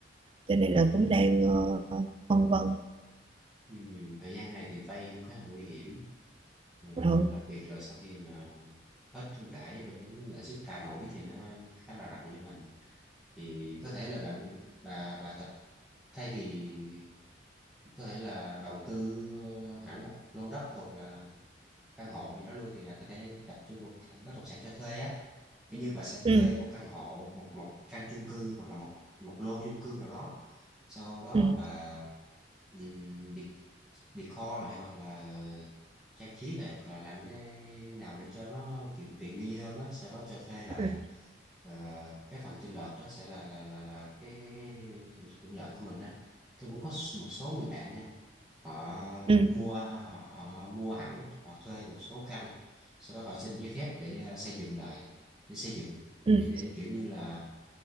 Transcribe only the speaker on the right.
cho nên
là cũng đang ờ, phân vân
ừ
ừ
ừ
ừ
ừ
ừ